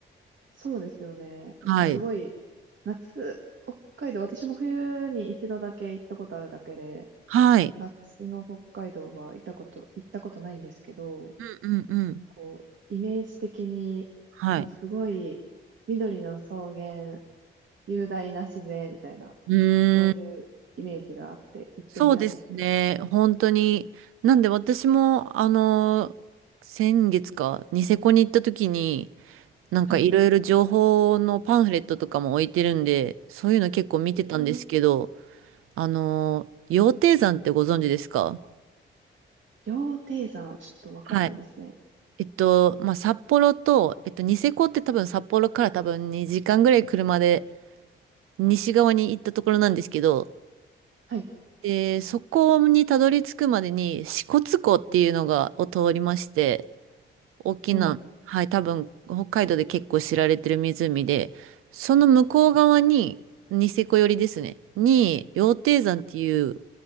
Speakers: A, on the right (about 65°); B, on the right (about 80°).
A: そうですよね。なんかすごい、
B: はい。
A: 夏、北海道、私も冬に一度だけ行ったことあるだけで、
B: はい。
A: 夏の北海道は行ったこと、行ったことないんですけど、
B: うんうんうん。
A: こう、イメージ的に、
B: はい。
A: もうすごい、緑の草原、雄大な自然みたいな、
B: う
A: そういうイメージがあって行ってみたいですね。
B: そうですね。本当に。なんで私も、あの、先月か、ニセコに行った時に、なんかいろいろ情報のパンフレットとかも置いてるんで、
A: はい。
B: そういうの結構見てたんですけど、
A: うん、
B: あの、羊蹄山ってご存知ですか
A: 羊蹄山、ちょっとわかんないですね。
B: はい。えっと、まあ、札幌と、えっと、ニセコって多分札幌から多分2時間ぐらい車で西側に行ったところなんですけど、
A: はい。
B: で、そこにたどり着くまでに支笏湖っていうのが、を通りまして、大きな、
A: おう。
B: はい、多分北海道で結構知られてる湖で、その向こう側に、ニセコ寄りですね、に、羊蹄山っていう、